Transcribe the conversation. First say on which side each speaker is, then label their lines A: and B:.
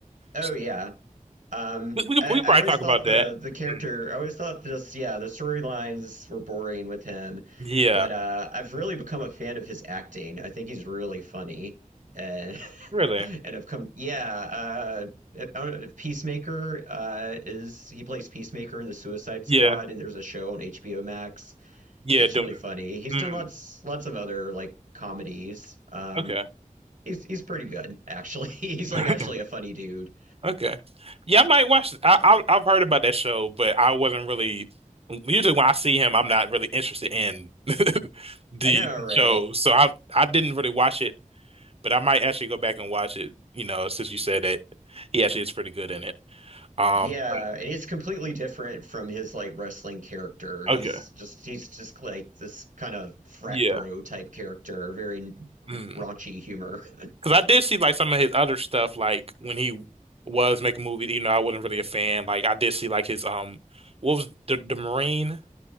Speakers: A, on the right; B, on the right.
A: Oh
B: S-
A: yeah. Um,
B: We we, could-
A: I,
B: we
A: I
B: could probably
A: always
B: talk
A: thought
B: about that.
A: the the character.
B: Mm.
A: I always thought this. Yeah, the storylines were boring with him,
B: Yeah,
A: but uh, I've really become a fan of his acting. I think he's really funny, and
B: really.
A: <laughs> and I've come. Yeah, uh, I don't know, Peacemaker uh, is he plays Peacemaker in the Suicide
B: Yeah,
A: Squad, and there's a show on HBO Max.
B: yeah.
A: It's
B: Doom.
A: really funny. He's
B: Mm.
A: done lots lots of other like comedies. Um,
B: Okay.
A: he's he's pretty good actually. <laughs> he's
B: <laughs>
A: like actually a funny dude.
B: Okay. Yeah, I might watch. it. I, I I've heard about that show, but I wasn't really. Usually, when I see him, I'm not really interested in <laughs> the
A: I know, right?
B: show, so I I didn't really watch it. But I might actually go back and watch it. You know, since you said that he actually is pretty good in it. Um.
A: Yeah,
B: but-
A: and it's completely different from his like wrestling character.
B: Okay.
A: He's just he's just like this kind of frat
B: Yeah.
A: bro type character, very
B: Mm.
A: raunchy humor. <laughs>
B: Because I did see like some of his other stuff, like when he was making movies. You know, I wasn't really a fan. Like I did see like his um, what was the the Marine?